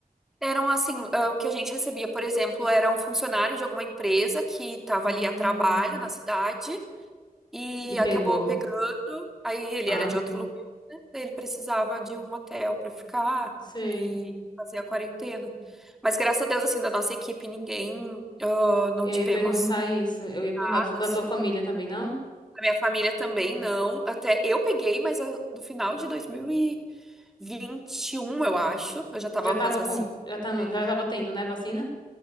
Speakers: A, in the centre; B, on the left.
A: Eram assim, ah, o que a gente recebia, por exemplo, era um funcionário de alguma empresa que estava
B: Hum,
A: ali a trabalho na cidade e
B: e pegou.
A: acabou pegando, aí ele
B: Aff,
A: era de outro lugar, né? Ele precisava de um hotel para ficar
B: sei.
A: e fazer a quarentena. Mas graças a Deus, assim, da nossa equipe, ninguém, ah, não
B: Eu
A: tivemos
B: ia perguntar isso. Eu ia perguntar
A: nada,
B: do- da
A: assim.
B: tua família também, não?
A: A minha família também não. Até eu peguei, mas eu- no final de 2021, eu acho, eu já tava
B: Já tava
A: com as vacinas.
B: com, já tá, no-
A: né?
B: já tava tendo, né, vacina?